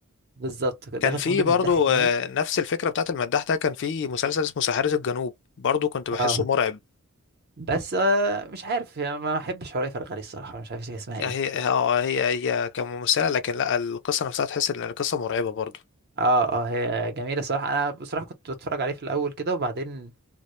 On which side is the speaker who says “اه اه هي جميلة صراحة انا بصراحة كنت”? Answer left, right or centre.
Right